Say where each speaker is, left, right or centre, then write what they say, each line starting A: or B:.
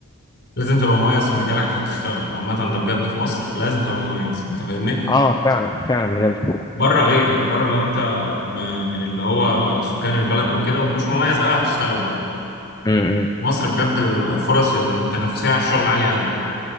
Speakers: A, on the left (about 55°); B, on the left (about 20°).
A: لازم تبقى مميز في مجالك عشان تشتغل عامة ده بجد في مصر لازم تبقى مميز أنت فاهمني؟
B: اه فعلا فعلا بجد
A: بره غير يعني بره لو أنت م- من اللي هو سكان البلد أو كده ومش مميز أوي هتشتغل بره
B: امم
A: مصر بجد الفرص التنافسية على الشغل عالية قوي